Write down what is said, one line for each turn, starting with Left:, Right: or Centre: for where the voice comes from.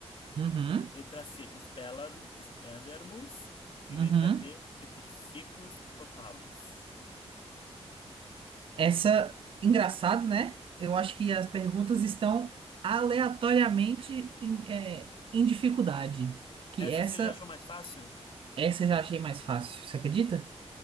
Right: Uhum,
Left: Letra C, Expellar- Expelliarmus. E
Right: uhum.
Left: letra D, Petrificus Totalus.
Right: Essa, engraçado, né? Eu acho que as perguntas estão aleatoriamente em, é, em dificuldade. Que
Left: Essa
Right: essa,
Left: você já achou mais fácil?
Right: essa eu já achei mais fácil, você acredita?